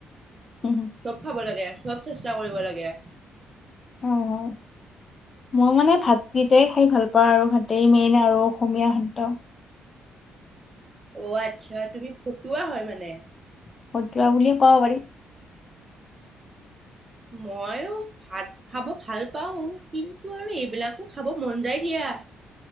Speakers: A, on the left (about 35°); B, on the right (about 25°).
A: হয়
B: চব খাব লাগে, চব চেষ্টা কৰিব লাগে
A: হয়, হয়, মই মানে ভাতকেইটাই খাই ভাল পাওঁ আৰু ভাতেই মেইন আৰু অসমীয়া খাদ্য।
B: অ আচ্ছা তুমি খকোৱা হয় মানে
A: খকোৱা বুলিয়ে কব পাৰি।
B: মইও ভাত খাব ভাল পাও কিন্তু আৰু এই এই বিলাকো খাব মন যায় দিয়া